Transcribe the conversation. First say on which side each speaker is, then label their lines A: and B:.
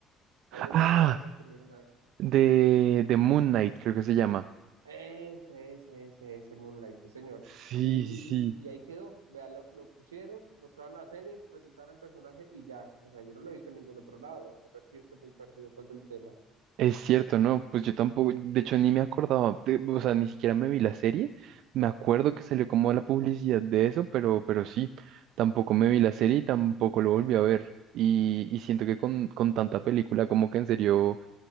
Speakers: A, on the right; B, on the right.
A: ahí
B: Ah,
A: les dejamos para que miren a ver.
B: de, de Moon Knight creo que se llama.
A: Ese, ese, ese, ese Moonlight, sí, señor.
B: Sí,
A: Y, y,
B: sí, sí.
A: y, y ahí quedó. Vea, lo, lo pusieron, mostraron la serie, presentaron al personaje y ya. O sea, yo no lo he visto en ningún otro lado, a no ser que yo esté muy perdido pues del tema.
B: Es cierto, ¿no? Pues yo tampoco, de hecho ni me acordaba, de- o sea, ni siquiera me vi la serie, me acuerdo que salió como la publicidad de eso, pero, pero sí, tampoco me vi la serie y tampoco lo volví a ver. Y, y siento que con, con tanta película, como que en serio